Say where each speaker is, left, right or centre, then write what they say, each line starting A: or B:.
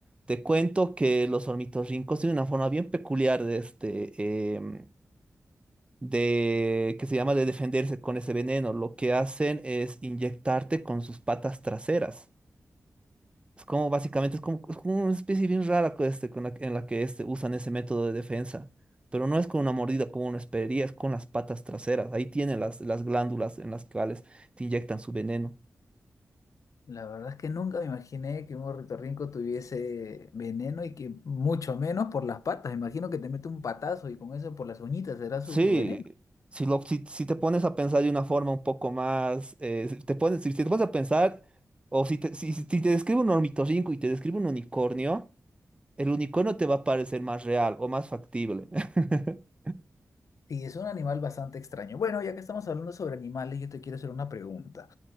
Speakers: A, on the right; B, on the left.
A: Te cuento que los ornitorrincos tienen una forma bien peculiar de este. em, de, que se llama de defenderse con ese veneno. Lo que hacen es inyectarte con sus patas traseras. Es como básicamente, es como, es como una especie bien rara con este, con la- en la que este, usan ese método de defensa. Pero no es con una mordida como uno esperaría, es con las patas traseras. Ahí tienen las, las glándulas en las cuales te inyectan su veneno.
B: La verdad es que nunca me imaginé que un ornitorrinco tuviese veneno y que mucho menos por las patas. Imagino que te mete un patazo y con eso por las uñitas será su,
A: Sí,
B: su veneno.
A: si, lo, si, si te pones a pensar de una forma un poco más, eh, si te pones, si te pones a pensar, o si te, si, si te describe un ornitorrinco y te describe un unicornio, El unicornio te va a parecer más real o más factible. <laughs>
B: Sí, es un animal bastante extraño. Bueno, ya que estamos hablando sobre animales, yo te quiero hacer una pregunta.